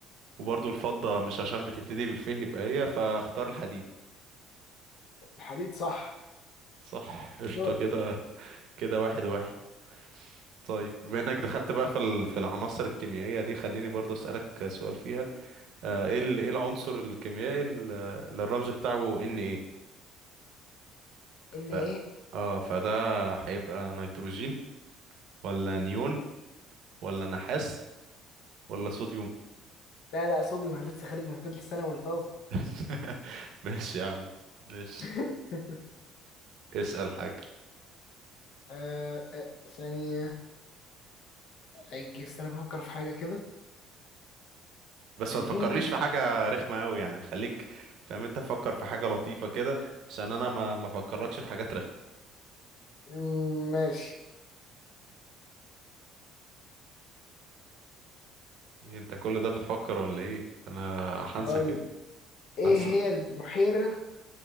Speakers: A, on the right (about 70°); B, on the left (about 65°).
A: وبرضو الفضة مش عشان بتبتدي بالفيه يبقى هي فاختار الحديد
B: الحديد صح
A: صح قشطة
B: دورك
A: كده كده واحد واحد طيب بما انك دخلت بقى في ال- في العناصر الكيميائية دي خليني برضو اسألك سؤال فيها آه، ايه ال- ايه العنصر الكيميائي اللي الرمز بتاعه ان ايه
B: ان
A: ف
B: ايه
A: اه فده هيبقى نيتروجين ولا نيون ولا نحاس ولا صوديوم
B: لا لا صوديوم انا لسه خارج من تالتة ثانوي طازة
A: <laughs> ماشي يا عم ماشي
B: <laughs>
A: اسأل حاجة
B: آه آه، ثانية هيجي استنى بفكر في حاجة كده
A: بس
B: خلينا
A: ما تفكرليش في حاجة رخمة قوي يعني خليك فاهم انت فكر في حاجة لطيفة كده عشان انا ما ما افكرلكش في حاجات رخمة
B: مم، ماشي
A: إيه انت كل ده بتفكر ولا ايه انا هنسى
B: هقول
A: كده
B: ايه
A: هنسى
B: هي البحيرة